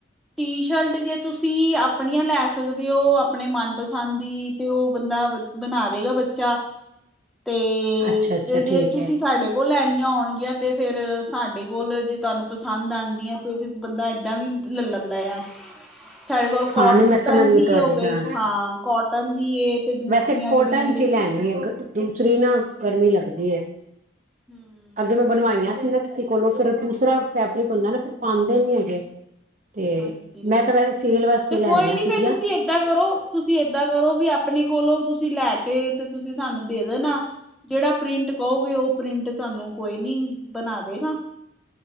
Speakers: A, in the centre; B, on the right (about 40°).
A: ਟੀ ਸ਼ਲਟ ਜੇ ਤੁਸੀਂ ਅਪਣੀਆਂ ਲੈ ਸਕਦੇ ਓ ਅਪਣੇ ਮਨਪਸੰਦ ਦੀ ਤੇ ਓ ਬੰਦਾ, ਬ -ਬਨਾ ਦੇਗਾ ਬੱਚਾ। ਤੇ
B: ਅੱਛਾ ਅੱਛਾ
A: ਫੇਰ ਜੇ
B: ਠੀਕ
A: ਤੁਸੀਂ
B: ਹੈ
A: ਸਾਡੇ ਕੋਲ ਲੈਣੀਆਂ ਹੋਣਗੀਆਂ ਤੇ ਫੇਰ ਸਾਡੇ ਕੋਲ ਜੇ ਤੁਆਨੂੰ ਪਸੰਦ ਆਂਦੀਆਂ ਤੇ ਫਿਰ ਬੰਦਾ ਐਦਾਂ ਵੀ ਲੈ-ਲੈਂਦਾ ਯਾਂ। ਸਾਡੇ ਕੋਲ ਕੋ-ਟਨ
B: ਹਾਂ ਨਹੀਂ ਮੈਂ ਸਮਝ
A: ਦੀ
B: ਤੁਹਾਡੀ
A: ਹੋ ਗਈ।
B: ਗੱਲ
A: ਹਾਂ, ਕੋਟਨ ਦੀ ਏ ਤੇ ਦੂਸਰੀਆਂ
B: ਵੈਸੇ ਕੋਟਨ
A: ਜਿਹੜੀ ਵੀ
B: ਚ ਈ ਲੈਨੀ ਏ ਗ - ਦੂਸਰੀ ਨਾ ਗਰਮੀ ਲੱਗਦੀ ਏ।
A: ਹੂੰ।
B: ਅੱਗੇ ਮੈਂ ਬਣਵਾਈਆਂ ਸੀ ਨਾ ਕਿਸੇ ਕੋਲੋਂ ਫੇਰ ਦੂਸਰਾ ਫੈਬਰਿਕ ਹੁੰਦੈ ਨਾ ਫਿਰ ਪਾਂਦੇ ਨੀ ਹੈਗੇ। ਤੇ
A: ਹਾਂਜੀ
B: ਮੈਂ ਤਾਂ ਵੈਸੇ ਸੇਲ ਵਾਸਤੇ
A: ਤੇ
B: ਲੈਣੀਆਂ
A: ਕੋਈ ਨੀ
B: ਸੀਗੀਆਂ
A: ਫੇਰ ਤੁਸੀਂ ਏਦਾਂ ਕਰੋ, ਤੁਸੀਂ ਏਦਾਂ ਕਰੋ ਕਰੋ ਵੀ ਅਪਣੇ ਕੋਲੋਂ ਤੁਸੀਂ ਲੈ ਕੇ ਤੇ ਤੁਸੀਂ ਸਾਨੂੰ ਦੇ ਦੇਣਾ। ਜੇੜਾ ਪ੍ਰਿੰਟ ਕਓਗੇ ਓ ਪ੍ਰਿੰਟ ਤੁਆਨੂੰ ਕੋਈ ਨੀ ਬਨਾ ਦੇਗਾ।